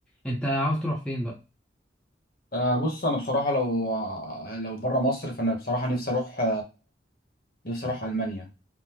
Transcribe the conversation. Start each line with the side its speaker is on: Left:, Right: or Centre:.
Centre: انت عاوز تروح فين بقى
Left: آه بص انا بصراحه لو لو بره مصر فانا بصراحه نفسي اروح نفسي اروح المانيا